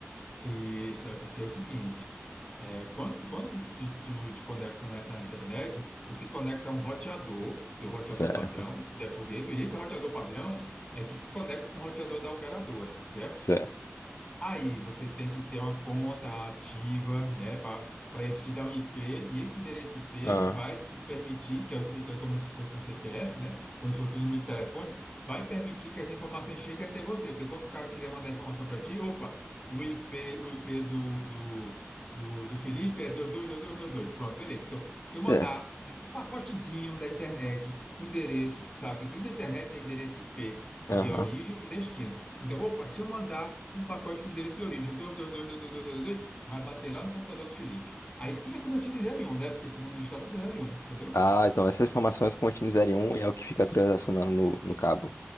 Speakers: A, on the left (about 25°); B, on the left (about 85°).
A: isso é porque é o seguinte, é, quando, quando tu, tu te conecta na, na internet, tu se conecta a um roteador, teu roteador
B: Certo,
A: padrão, de foguete, e esse roteador padrão é que se conecta com o roteador da operadora, certo?
B: certo.
A: Aí você tem que ter uma conta ativa, né, para para eles te dar um IP, e esse endereço IP
B: Ah,
A: vai te permitir, que é, que é como se fosse um CPF, né, como se fosse um número de telefone, vai permitir que as informações cheguem até você, porque quando o cara quiser mandar informação para ti, opa, o IP, o IP do, do, do, do Felipe é dois dois dois dois dois dois, Pronto, beleza. Então, se eu mandar
B: certo.
A: um um pacotezinho da internet, o endereço, sabe que tudo na internet tem endereço IP de
B: Aham.
A: origem e destino. Então, opa, se eu mandar um pacote com endereço de origem 22222222, vai bater lá no computador do Felipe. Aí tudo é convertido em zero e 1, né? Porque esse mundo digital tudo é zero e 1, entendeu?
B: Ah, então essas informações contêm 0 e um e é o que fica transacionando no, no cabo.